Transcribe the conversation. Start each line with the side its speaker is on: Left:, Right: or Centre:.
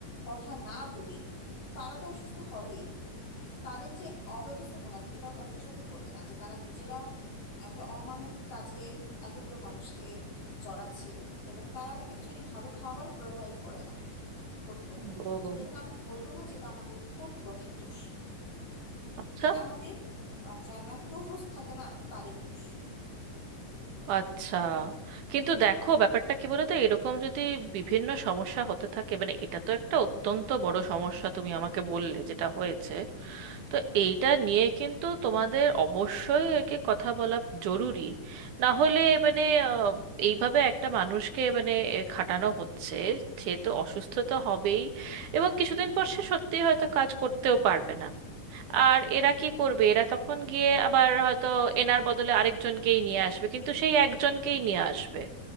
Left: কথা না বলি তারা তো অসুস্থ হবেই তাদের যে অব্যবস্থাপনা এটাও তাদের চোখে পড়বে না যে তারা নিজেরা একটা অমানবিক কাজে এতগুলো মানুষকে জড়াচ্ছে এবং তারা অ্যাকচুয়ালি ভালো খাবারও প্রোভাইড করে না কর্তৃপক্ষ
Right: ও
Left: এবং আমি বলবো না যে এটা আমাদের কর্তৃপক্ষের দোষ
Right: আচ্ছা
Left: এটা আমাদের আহ, যারা প্রভোস্ট থাকে না তাদের দোষ
Right: আচ্ছা কিন্তু দেখো ব্যাপারটা কি বলতো এরকম যদি বিভিন্ন সমস্যা হতে থাকে মানে এটা তো একটা অত্যন্ত বড় সমস্যা তুমি আমাকে বললে যেটা হয়েছে তো এইটা নিয়ে কিন্তু তোমাদের অবশ্যই একে কথা বলা জরুরি না হলে মানে আহ, এইভাবে একটা মানুষকে মানে এ, খাটানো হচ্ছে সে তো অসুস্থ তো হবেই এবং কিছুদিন পর সে সত্যিই হয়তো কাজ করতেও পারবে না আর এরা কি করবে এরা তখন গিয়ে আবার হয়তো এনার বদলে আরেকজনকেই নিয়ে আসবে কিন্তু সেই একজনকেই নিয়ে আসবে